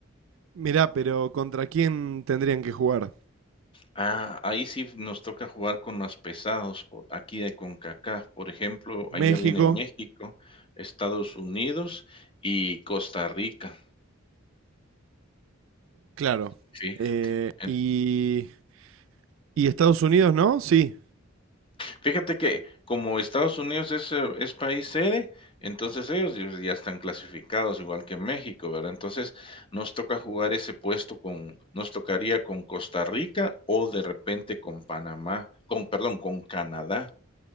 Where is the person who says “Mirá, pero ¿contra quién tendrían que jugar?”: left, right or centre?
Right